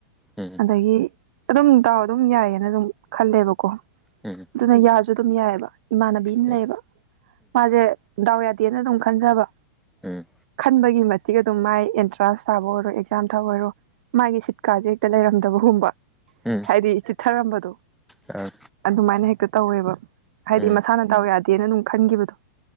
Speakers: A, in the centre; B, on the right (about 50°).
A: ꯎꯝ ꯎꯝ
B: ꯑꯗꯒꯤ ꯑꯗꯨꯝ ꯗꯥꯥꯎ ꯑꯗꯨꯝ ꯌꯥꯏꯌꯦꯅ ꯑꯗꯨꯝ ꯈꯜꯂꯦꯕꯀꯣ
A: ꯎꯝ
B: ꯑꯗꯨꯅ ꯌꯥꯁꯨ ꯑꯗꯨꯝ ꯌꯥꯏꯑꯦꯕ ꯏꯃꯥꯟꯅꯕꯤ ꯑꯃ
A: ꯎꯝ
B: ꯂꯩꯌꯦꯕ
A: ꯎꯝ
B: ꯃꯥꯁꯦ ꯗꯥꯎ ꯌꯥꯗꯦꯅ ꯑꯗꯨꯝ ꯈꯟꯖꯕ
A: ꯎꯝ
B: ꯈꯟꯕꯒꯤ ꯃꯇꯤꯛ ꯑꯗꯨꯝ ꯃꯥꯏ ꯀ꯭ꯂꯥꯁ ꯊꯥꯕ ꯑꯣꯏꯔꯣ ꯑꯦꯛꯖꯥꯝ ꯊꯥꯕ ꯑꯣꯏꯔꯣ ꯃꯥꯒꯤ ꯁꯤꯠꯀꯥꯁꯦ ꯍꯦꯛꯇ ꯂꯩꯔꯝꯗꯕꯒꯨꯝꯕ
A: ꯎꯝ
B: ꯍꯥꯏꯗꯤ ꯆꯤꯊꯔꯝꯕꯗꯣ
A: ꯑꯥ
B: ꯑꯗꯨꯃꯥꯏꯅ ꯍꯦꯛꯇ ꯇꯧꯋꯦꯕ ꯍꯥꯏꯗꯤ
A: ꯎꯝ
B: ꯃꯁꯥꯅ ꯗꯥꯎ ꯌꯥꯗꯦꯅ ꯑꯗꯨꯝ ꯈꯟꯈꯤꯕꯗꯣ